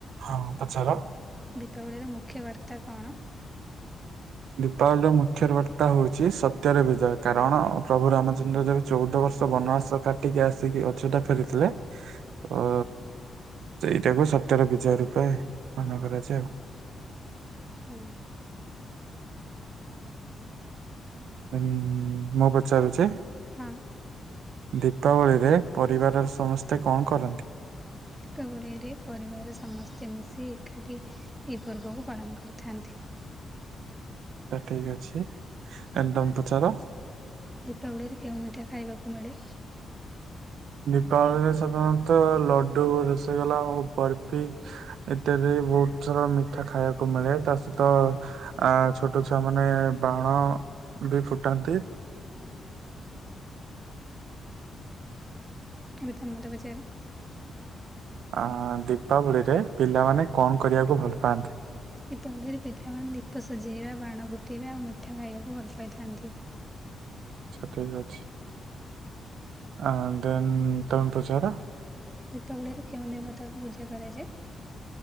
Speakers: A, on the right; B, in the centre.
A: ହଁ ପଚାର।
B: ଦୀପାବଳିର ମୁଖ୍ୟ ବାର୍ତ୍ତା କଣ?
A: ଦୀପାବଳିର ମୁଖ୍ୟ ବାର୍ତ୍ତା ହଉଛି ସତ୍ୟର ବିଜୟ କାରଣ ପ୍ରଭୁ ରାମଚନ୍ଦ୍ର <unintelligible> ଚଉଦ ବର୍ଷ ବନବାସ କାଟିକି ଆସିକି ଅଯୋଧ୍ୟା ଫେରିଥିଲେ ଅ ସେଇଟା କୁ ସତ୍ୟ ର <unintelligible> ଆଉ।
B: ହୁଁ।
A: <unintelligible> ମୁଁ ପଚାରୁଚି?
B: ହଁ
A: ଦୀପାବଳିରେ ପରିବାରର ସମସ୍ତେ କଣ କରନ୍ତି?
B: ଦୀପାବଳିରେ ପରିବାର ର ସମସ୍ତେ ମିଶି ଏକାଠି ଏହି ପର୍ବକୁ ପାଳନ କରିଥାନ୍ତି।
A: ତାହେଲେ ଠିକ୍ ଅଛି। ଏଇନେ ତମେ ପଚାର।
B: ଦୀପାବଳିରେ କେଉଁ ମିଠା ଖାଇବାକୁ ମିଳେ?
A: ଦୀପାବଳିରେ ସାଧାରଣତଃ ଲଡୁ, ରସଗୋଲା ଆଉ ବର୍ଫି ଏତରେ ବହୁତ ସାରା ମିଠା ଖାଇବାକୁ ମିଳେ ତା ସହିତ ଆ ଛୋଟ ଛୁଆ ମାନେ ବାଣ ବି ଫୁଟାନ୍ତି।
B: ଏବେ ତମେ ମତେ ପଚାର।
A: ଅ ଦୀପାବଳିରେ ପିଲାମାନେ କଣ କରିବାକୁ ଭଲ ପାଆନ୍ତି?
B: ଦୀପାବଳିରେ ପିଲାମାନେ ଦୀପ ସଜେଇବା ବାଣ ଫୁଟାଇବା ଆଉ ମିଠା ଖାଇବାକୁ ଭଲ ପାଇଥାନ୍ତି।
A: ସେ ଠିକ୍ ଅଛି। ଆ ଦେନ୍ ତମେ ପଚାର।
B: ଦୀପାବଳିରେ କେଉଁ ଦେବତାଙ୍କୁ ପୂଜା କରାଯାଏ?